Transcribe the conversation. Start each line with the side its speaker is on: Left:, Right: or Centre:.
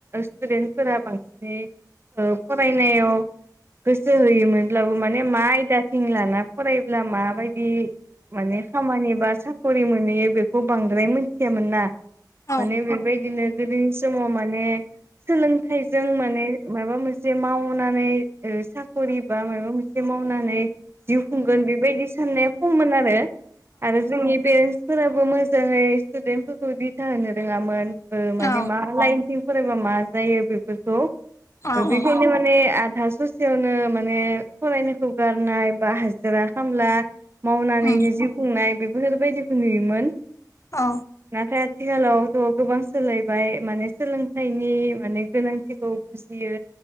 Right: स्टुडेन्टफोरा बांसिनै फरायनायाव गोसो होयोमोनब्लाबो माने म आयदाथिं लाना फराय मा बायदि माने खामानि बा साख्रि मोनो नुयो बेखौ बांद्राय मिथियामोन ना।
Left: औ
Right: माने बेबायदिनो गोदोनि समाव माने सोलोंथाइजों माने माबा मोनसे मावनानै साख'रि बा माबा मोनसे मावनानै जिउ खुंगोन बेबायदि साननाया खममोन आरो आरो जोंनि पेरेन्टस फोराबो मोजाङै स्टुदेन्ट फोरफोरखौ दिथा होनो रोङामोन माने
Left: औ
Right: मा लाइनथिं मा जायो बेफोरखौ
Left: औ
Right: खासेयावनो माने फरायनायखौ गारनाय बा हाजिरा खामला मावनानैनो
Left: उम
Right: जिउ खुंनाय बेफोरफोरबायदिखौ नुयोमोन
Left: औ।
Right: नाथाय आथिखालावथ' गोबां सोलायबाय माने सोलोंथाइनि माने गोनांथिखौ बुजियो